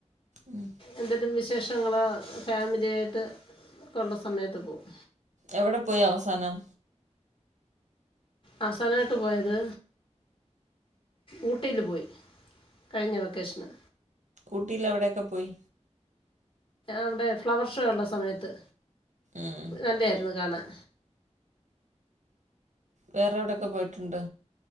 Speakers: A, on the right (about 80°); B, on the left (about 45°).
A: ഉം.
B: എന്തേലും വിശേ -ശേഷങ്ങള് ഫാമിലിയായിട്ട് ഒക്കെ സ മയത്ത് പോവും
A: എവിടെ പോയി അവസാനം
B: അവസാനമായിട്ട് പോയത് ഊട്ടിയില് പോയി കഴിഞ്ഞ വെക്കേഷന്
A: ഊട്ടിയിൽ എവിടെയൊക്കെ പോയി
B: അവിടെ ഫ്ലവർഷോ ഉള്ള സമയത്ത്
A: ഉം.
B: നല്ലെയായിരുന്നു കാണാൻ
A: വേറെ എവിടൊക്കെ പോയിട്ടുണ്ട്